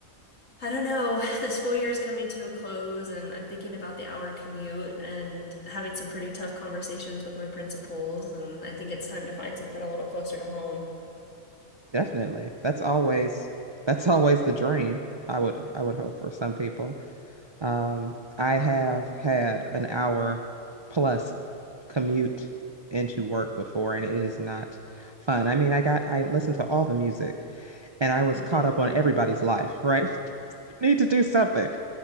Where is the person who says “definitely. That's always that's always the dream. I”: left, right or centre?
Right